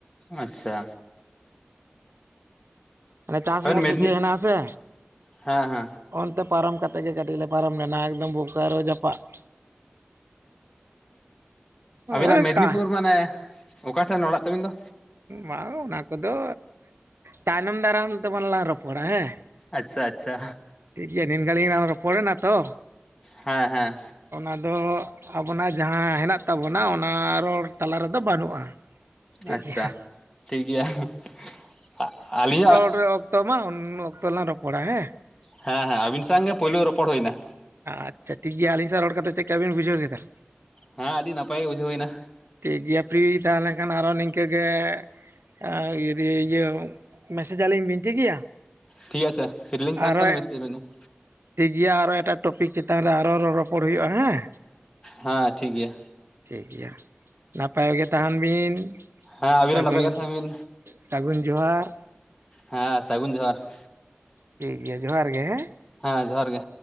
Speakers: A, on the left (about 20°); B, on the right (about 85°).
A: ᱟᱪᱪᱷᱟ
B: ᱟᱞᱮ ᱪᱟᱥ
A: ᱟᱵᱤᱱ
B: ᱢᱳᱲ
A: ᱢᱮᱫᱽᱱᱤ
B: ᱥᱮ ᱪᱮᱫ ᱦᱮᱱᱟᱜᱼᱟ ᱥᱮ
A: ᱦᱮᱸ ᱦᱮᱸ
B: ᱚᱱᱛᱮ ᱯᱟᱨᱚᱢ ᱠᱟᱛᱮᱫ ᱜᱮ ᱠᱟᱹᱴᱤᱡ ᱞᱮ ᱯᱟᱨᱚᱢ ᱞᱮᱱᱟ ᱮᱠᱫᱚᱢ ᱵᱳᱠᱟᱨᱳ ᱡᱟᱯᱟᱜ᱾ <inaudible> ᱳᱭ
A: ᱟᱹᱵᱤᱱᱟᱜ ᱢᱮᱫᱽᱱᱤᱯᱩᱨ
B: ᱚᱠᱟ
A: ᱢᱟᱱᱮ ᱚᱠᱟ ᱴᱷᱮᱱ ᱚᱲᱟᱜ ᱛᱟᱵᱤᱱ ᱫᱚ?
B: ᱵᱟᱝ ᱚᱱᱟ ᱠᱚ ᱫᱚ ᱛᱟᱭᱱᱚᱢ ᱫᱟᱨᱟᱢ ᱛᱮ ᱞᱟᱝ ᱨᱚᱯᱚᱲ ᱟ ᱦᱮᱸ᱾
A: ᱟᱪᱪᱷᱟ ᱟᱪᱪᱷᱟ
B: ᱴᱷᱤᱠ ᱜᱮᱭᱟ ᱱᱤᱱ ᱜᱷᱟᱲᱤᱡ ᱞᱟᱝ ᱨᱚᱯᱚᱲ ᱮᱱᱟ ᱛᱚ᱾
A: ᱦᱮᱸ ᱦᱮᱸ
B: ᱚᱱᱟ ᱫᱚ ᱟᱵᱚᱱᱟᱜ ᱡᱟᱦᱟᱸ ᱦᱮᱱᱟᱜ ᱛᱟᱵᱚᱱᱟ ᱚᱱᱟ ᱨᱚᱲ ᱛᱟᱞᱟ ᱨᱮᱫᱚ ᱵᱟᱹᱱᱩᱜᱼᱟ᱾ ᱴᱷᱤᱠ
A: ᱟᱪᱪᱷᱟ
B: ᱜᱮᱭᱟ
A: ᱴᱷᱤᱠ ᱜᱮᱭᱟ᱾ᱟᱹᱞᱤ ᱧᱟᱜ
B: ᱨᱮ ᱚᱠᱛᱚ ᱢᱟ ᱩᱱ ᱚᱠᱛᱚ ᱞᱟᱝ ᱨᱚᱯᱚᱲᱟ ᱦᱮᱸ᱾
A: ᱦᱮᱸ ᱦᱮᱸ ᱟᱹᱵᱤᱱ ᱥᱟᱝᱜᱮ ᱯᱳᱭᱞᱳ ᱨᱚᱯᱚᱲ ᱦᱳᱭᱱᱟ᱾
B: ᱟᱪᱪᱷᱟ ᱴᱷᱤᱠ ᱜᱮᱭᱟ ᱟᱹᱞᱤᱧ ᱥᱟᱶ ᱨᱚᱲ ᱠᱟᱛᱮᱫ ᱪᱮᱫ ᱠᱟ ᱵᱤᱱ ᱵᱩᱡᱷᱟᱹᱣ ᱠᱮᱫᱟ?
A: ᱦᱮᱸ ᱟᱹᱰᱤ ᱱᱟᱯᱟᱭ ᱵᱩᱡᱷᱟᱹᱣ ᱱᱟ᱾
B: ᱴᱷᱤᱠ ᱜᱮᱭᱟ ᱯᱷᱤᱨᱤ ᱛᱟᱦᱞᱮ ᱠᱷᱟᱱ ᱟᱨᱚ ᱱᱤᱱ ᱠᱟᱹᱜᱮ ᱟᱸ ᱢᱩᱫᱤ ᱤᱭᱟᱹ ᱢᱮᱥᱮᱡ ᱟᱞᱤᱧ ᱵᱤᱱ ᱴᱷᱤᱠ ᱜᱮᱭᱟ᱾
A: ᱴᱷᱤᱠ ᱟᱪᱷᱮ ᱯᱷᱤᱨᱤᱧ ᱛᱟᱦᱮᱱ
B: ᱟᱨᱚ
A: ᱠᱷᱟᱡ ᱢᱮᱥᱮᱡ ᱟᱵᱤᱱᱤᱡ᱾
B: ᱴᱷᱤᱠ ᱜᱮᱭᱟ ᱟᱨᱚ ᱮᱴᱟᱜ ᱴᱚᱯᱤᱠ ᱪᱮᱛᱟᱱ ᱨᱮ ᱟᱨᱚ ᱨᱚᱲ ᱨᱚᱯᱚᱲ ᱦᱳᱭᱳᱜᱼᱟ ᱦᱮᱸ᱾
A: ᱦᱮᱸ ᱴᱷᱤᱠ ᱜᱮᱭᱟ᱾
B: ᱴᱷᱤᱠ ᱜᱮᱭᱟ᱾ ᱱᱟᱯᱟᱭ ᱜᱮ ᱛᱟᱦᱮᱱ ᱵᱤᱱ
A: ᱦᱮᱸ ᱟᱹᱵᱤᱱ
B: ᱥᱟᱹᱜᱩᱱ
A: ᱦᱚᱸ ᱱᱟᱯᱟᱭ ᱠᱟᱛᱷᱟ ᱵᱤᱱ
B: ᱥᱟᱹᱜᱩᱱ ᱡᱚᱦᱟᱨ᱾
A: ᱦᱮᱸ ᱥᱟᱹᱜᱩᱱ ᱡᱚᱦᱟᱨ᱾
B: ᱴᱷᱤᱠ ᱜᱮᱭᱟ ᱡᱚᱦᱟᱨ ᱜᱮ ᱦᱮᱸ᱾
A: ᱦᱮᱸ ᱡᱚᱦᱟᱨ ᱜᱮ᱾